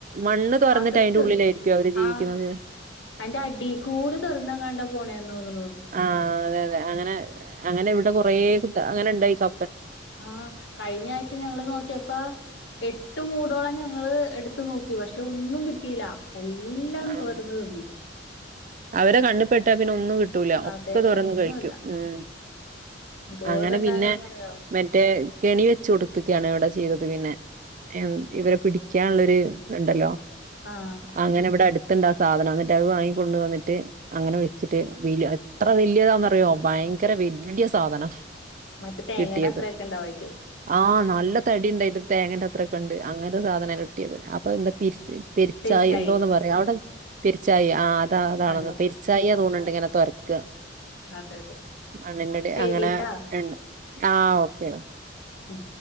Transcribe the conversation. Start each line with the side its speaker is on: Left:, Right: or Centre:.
Right: മണ്ണ് തൊറന്നിട്ട്
Left: അകത്ത്
Right: അയിന്റെ ഉള്ളിലായിരിക്കും അവര് ജീവിക്കുന്നത്.
Left: ആഹ് അയിന്റെ അടീകൂടെ തൊരന്നെങ്ങാണ്ടാ പോണേന്നു ന്നുണു
Right: ആഹ് അതെ അതെ അങ്ങനെ അങ്ങനെ ഇവിടെ കൊറേ കുത്ത് അങ്ങനെയുണ്ടായി സ
Left: ആഹ് കഴിഞ്ഞ ആഴ്ച ഞങ്ങള് നോക്കിയപ്പാ എട്ട് മൂടോളം ഞങ്ങള് എടുത്ത് ത്തു നോക്കി പക്ഷെ ഒന്നും കിട്ടീല എല്ലാം
Right: ആഹ്
Left: തൊരന്നു തിന്ന്
Right: അവരെ കണ്ണിപ്പെട്ട പിന്നെ ഒന്നും കിട്ട് ട്ടൂല ഒക്കെ
Left: അതെ
Right: തൊരന്ന്
Left: ഒന്നുല്ല.
Right: കഴിക്കും മ്മ്
Left: എന്തോരം
Right: അങ്ങനെ
Left: ഉണ്ടാകാന്നറിയോ
Right: പിന്നെ മറ്റേ കെണി വെച്ച് കൊടിപ്പിക്കയാണ് ഇവിടെ ചെയ്തത് പിന്നെ എൻ ഇവരെ പിടിക്കാനൊള്ള ഒരു ഇതുണ്ടല്ലോ
Left: ആഹ്
Right: അങ്ങനെ ഇവിടെ അടുത്തുണ്ട് ആ സാധനം അന്നിട്ട് അത് വാങ്ങിക്കൊണ്ട് വന്നിട്ട് അങ്ങനെ വെച്ചിട്ട് വീല എത്ര വല്യതാന്ന് അറിയുവോ ഭയങ്കര വല്ല്യ സാധനം
Left: മറ്റേ തേങ്ങേടെ
Right: കിട്ടിയത്
Left: അത്രയൊക്കെ ഉണ്ടാവായിരിക്കും
Right: ആഹ് നല്ല തടി ഉണ്ടായിട്ടു തേങ്ങേൻ്റെ അത്രൊക്കെ ഇണ്ട് അങ്ങനെ ത്ത സാധനവാ കിട്ടിയത് അപ്പൊ എന്താ പിരിച്ച് പെരിച്ചായി
Left: പെരിച്ചാഴി
Right: എന്തോന്ന് പറ <unintelligible> പെരിച്ചായി ആഹ് അതാ അതാണെന്ന്
Left: അതന്നെ
Right: പെരിച്ചായിയാ തോനണ ഇങ്ങനെ തൊരക്കുവാ
Left: അതെ അതെ
Right: മണ്ണിന്റെ അടി
Left: ശരിട്ടാ
Right: അങ്ങനെ ഇണ്ട് ആ ഓക്കെ ഡാ
Left: മ്മ്